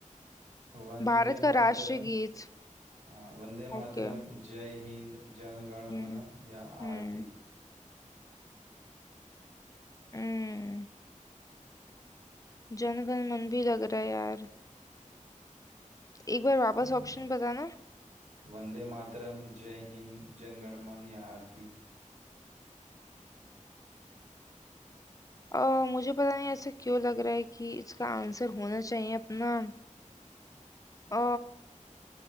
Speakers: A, on the right (about 60°); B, on the left (about 25°).
A: वंदे
B: भारत का
A: मातरम
B: राष्ट्रीय गीत
A: हाँ वंदे
B: ओके
A: मातरम जय हिंद जन गण
B: हम्म
A: मन या
B: हम्म
A: आरती
B: हम्म जन गण मन भी लग रहा है यार एक बार वापस
A: हम्म
B: ऑप्शन बताना
A: वंदे मातरम जय हिंद जन गण मन या आरती
B: अ मुझे पता नहीं ऐसा क्यों लग रहा है कि इसका आंसर होना चाहिए अपना अ